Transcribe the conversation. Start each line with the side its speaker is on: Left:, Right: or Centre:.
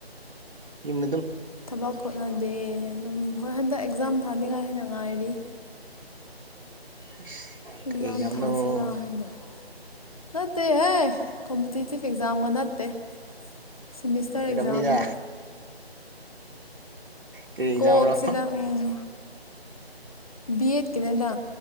Right: ꯌꯨꯝ
Left: ꯊꯕꯛ ꯍꫭꯠꯅ ꯗꯦ ꯑꯗꯨꯝ ꯍꯣꯏ ꯍꯟꯗꯛ ꯑꯦꯛꯖꯥꯝ ꯊꯥꯅꯤꯡꯉꯥꯏ ꯍꯥꯏꯅ ꯉꯥꯏꯔꯤ
Right: ꯑꯁ
Left: ꯑꯦꯛꯖꯥꯝ
Right: ꯀꯩ ꯑꯦꯛꯖꯝ
Left: ꯊꯥꯁꯤꯔꯥ
Right: ꯅꫭ
Left: ꯍꯥꯏꯅ ꯅꯠꯇꯦꯍꯦ ꯀꯝꯄꯤꯇꯤꯇꯤꯚ ꯑꯦꯛꯖꯥꯝꯒ ꯅꯠꯇꯦ ꯁꯤꯃꯤꯁꯇꯔ
Right: ꯑꯣꯏꯔꯝꯅꯤꯗ
Left: ꯑꯦꯛꯖꯥꯝꯅꯤ
Right: ꯀꯔꯤ ꯑꯦꯛꯖꯥꯝꯔꯣ
Left: ꯀꯣꯛꯁꯤꯗ ꯎꯝ ꯕꯤ ꯑꯦꯠꯀꯤꯅꯦꯗ